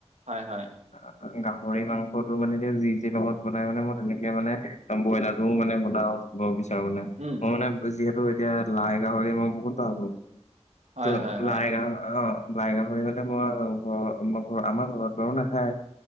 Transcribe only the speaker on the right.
হয় হয়।
উম
হয়
হয় হয়